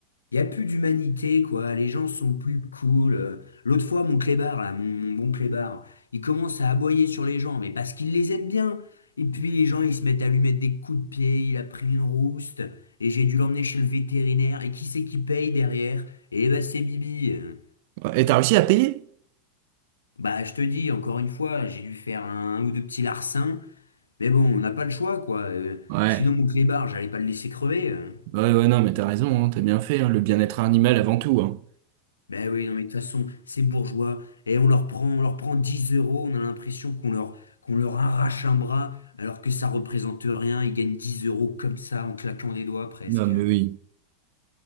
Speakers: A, on the left; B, on the right.
A: Il n'y a plus d'humanité, quoi. Les gens sont plus cool. Euh, L'autre fois, mon clébard, là, mon, mon bon clébard, il commence à aboyer sur les gens, mais parce qu'il les aime bien. Et puis les gens, ils se mettent à lui mettre des coups de pied, il a pris une rouste, et j'ai dû l'emmener chez le vétérinaire. Et qui c'est qui paye derrière? Eh ben, c'est Bibi. Euh,
B: Et t'as réussi à payer?
A: Bah, je te dis, encore une fois, j'ai dû faire un ou deux petits larcins, mais bon, on n'a pas le choix, quoi. Euh,
B: Ouais.
A: Sinon, mon clébard, j'allais pas le laisser crever. hein.
B: Ouais, ouais, non, mais t'as raison, hein, t'as bien fait, hein, le bien-être animal avant tout, hein.
A: Ben oui, non, mais de toute façon, ces bourgeois, et on leur prend, on leur prend 10 euros, on a l'impression qu'on leur, qu'on leur arrache un bras, alors que ça représente rien, ils gagnent 10 euros comme ça, en claquant des doigts presque.
B: Non, mais oui.